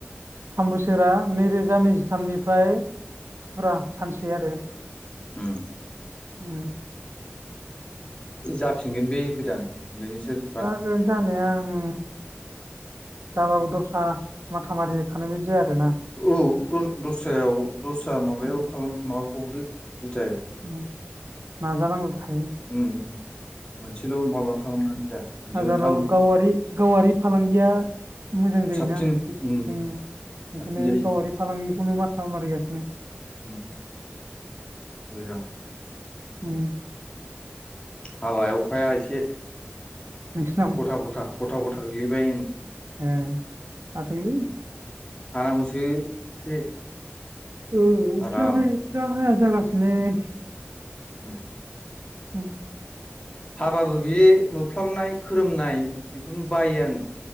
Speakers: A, on the right; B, on the left.
A: थाम बोसोरा नैरोजा नैजिथामनिफ्राय फुरा सानसे आरो।
B: उम।
A: उम।
B: जाफिनगोन बे गोदान बिनि सोर।
A: जागोन जानाया उम। जाबाबो दस्रा माथा मारि खानाय बायदि जाया आरोना।
B: औ द-दस्रायाव दस्रा माबायाव
A: उम
B: खालाम माबा बावदो जुदायाव।
A: उम नाजानांगौ थायो।
B: उम मोनसेल' माबा खालामनानै जाया मोननै
A: बाजाराव
B: मोनथाम
A: गावारि गावारि फालांगिया मोजां जायोना
B: साबसिन
A: गोसो
B: साबसिन
A: जोंनि ओंखायनो
B: जायो
A: गावारि फालांगिखौनो माथा मारिगासिनो।
B: उम मोजां।
A: उम।
B: हाबाय अखाया एसे।
A: नोंसिनाव
B: गथा गथा, गथा गथा गोग्लैबाय उम।
A: ओ हाथोंलै।
B: हानांगौसो एसे।
A: ओ अखाया
B: आराम
A: हाया अखाया हाया जागासिनोलै।
B: ओम
A: उम
B: हाबाबो बि मोफ्लाबनाय खोरोमनाय बेखौनो बायो आङो।